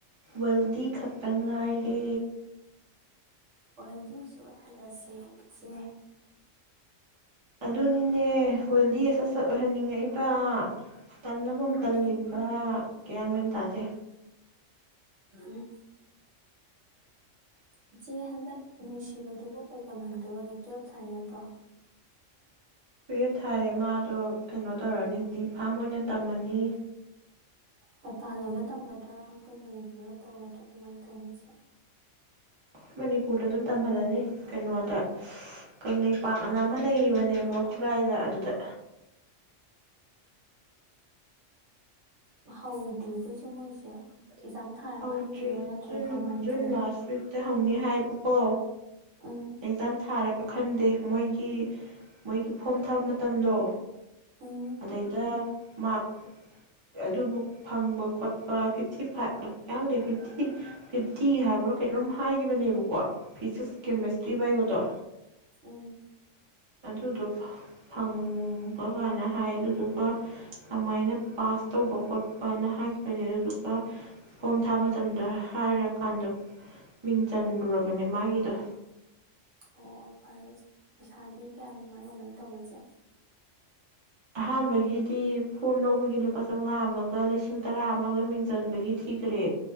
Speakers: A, on the right; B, on the right.
A: ꯋꯦꯜꯗꯤ ꯈꯛꯇ ꯉꯥꯏꯔꯦ
B: ꯑꯣꯏꯍꯜꯗꯤ ꯑꯣꯏꯖꯤꯛ ꯑꯣꯏꯍꯜꯂꯁꯦ ꯏꯆꯦ
A: ꯑꯗꯨ ꯍꯗꯤꯁ ꯑꯣꯏꯍꯟꯅꯤꯡꯉꯛꯗ ꯇꯟꯅꯃꯣꯝ
B: ꯎꯝ
A: ꯇꯜꯂꯤꯕ ꯀꯌꯥꯅꯅ ꯇꯥꯗꯦ
B: ꯎꯝ ꯏꯆꯦ ꯍꯟꯗꯛ ꯅꯨꯡꯁꯤꯕꯗꯨꯕꯨ ꯀꯩ ꯇꯝꯍꯟꯗꯧꯔꯒꯦ ꯇꯨꯋꯦꯞ ꯊꯥꯏ ꯅꯠꯇ꯭ꯔꯣ
A: ꯇꯨꯌꯦ ꯊꯥꯔꯦ ꯃꯥꯗꯣ ꯀꯩꯅꯣ ꯇꯧꯔꯅꯤ ꯗꯤꯞ ꯐꯥꯝ ꯑꯣꯏꯅ ꯇꯝꯃꯅꯤ
B: ꯃꯄꯥꯟ ꯂꯝꯗ ꯇꯝꯒꯗ꯭ꯔꯥ ꯑꯩꯈꯣꯏ ꯃꯅꯤꯄꯨꯔꯗ ꯇꯧꯒꯗ꯭ꯔꯥ ꯀꯃꯥꯏꯅ ꯇꯧꯅꯤꯁꯦ
A: ꯑꯩꯈꯣꯏ ꯃꯅꯤꯄꯨꯔꯗ ꯑꯗꯨꯝ ꯇꯝꯍꯜꯂꯅꯤ ꯀꯩꯅꯣꯗ ꯀꯪꯂꯩꯄꯥꯛ ꯑꯅ ꯑꯃ ꯂꯩꯔꯤꯕꯅꯦꯕ ꯈꯨꯔꯥꯏꯗ ꯑꯗꯨꯗ
B: ꯍꯥꯎꯗ꯭ꯔꯤꯕꯩꯁꯦ ꯃꯣꯏꯁꯦ ꯑꯦꯛꯖꯥꯝ ꯊꯥꯔ
A: ꯍꯧꯗ꯭ꯔꯤ
B: ꯈꯟꯗꯣꯏꯔꯥ ꯅꯠꯇ꯭ꯔꯒ
A: ꯖꯨꯟ
B: ꯀꯃꯥꯏꯅ
A: ꯖꯨꯟ
B: ꯇꯧꯅꯤ
A: ꯂꯥꯁ ꯋꯤꯛꯇ ꯍꯧꯅꯤ ꯍꯥꯏꯕꯀꯣ
B: ꯎꯝ
A: ꯑꯦꯛꯖꯥꯝ ꯊꯥꯔꯛ ꯈꯟꯗꯦ ꯃꯣꯏꯒꯤ ꯃꯣꯏꯒꯤ ꯐꯣꯝ ꯊꯥꯕ ꯃꯇꯝꯗꯣ
B: ꯎꯝ
A: ꯑꯗꯩꯗ ꯃꯥꯔꯛ ꯑꯗꯨꯕꯨ ꯐꯪꯕ ꯈꯣꯠꯄ ꯐꯤꯐꯇꯤ ꯐꯥꯏꯚ ꯌꯥꯗꯦ ꯐꯤꯐꯇꯤ ꯐꯤꯐꯇꯤ ꯍꯥꯏꯕ꯭ꯔꯥ ꯀꯩꯅꯣꯝ ꯍꯥꯏꯈꯤꯕꯅꯦꯕꯀꯣ ꯐꯤꯖꯤꯛꯁ ꯀꯦꯃꯦꯁꯇ꯭ꯔꯤ ꯍꯥꯏꯕꯗꯣ
B: ꯑ
A: ꯑꯗꯨꯗꯣ ꯐꯪꯕ ꯀꯥꯟꯅ ꯍꯥꯏ ꯑꯗꯨꯗꯨꯒ ꯑꯗꯨꯃꯥꯏꯅ ꯄꯥꯁ ꯇꯧꯕ ꯈꯣꯠꯄꯅ ꯍꯥꯏꯈꯤꯕꯅꯦ ꯑꯗꯨꯗꯨꯒ ꯐꯣꯝ ꯊꯥ ꯃꯇꯝꯗ ꯍꯥꯏꯔꯀꯥꯟꯗ ꯃꯤꯡ ꯆꯜꯂꯨꯔꯕꯅꯦ ꯃꯥꯒꯤꯗꯣ
B: ꯑꯣ ꯐꯔꯦ ꯄꯩꯁꯥꯗꯤ ꯀꯌꯥꯝꯃꯥꯏ ꯀꯃꯥꯏꯅ ꯇꯧꯏ ꯏꯆꯦ
A: ꯑꯍꯥꯟꯕꯒꯤꯗꯤ ꯐꯣꯝ ꯂꯧꯕꯒꯤ ꯂꯨꯄꯥ ꯆꯥꯝꯃꯉꯥ ꯑꯃꯒ ꯂꯤꯁꯤꯡ ꯇꯔꯥ ꯑꯃꯒ ꯃꯤꯡ ꯆꯟꯕꯒꯤ ꯊꯤꯈ꯭ꯔꯦ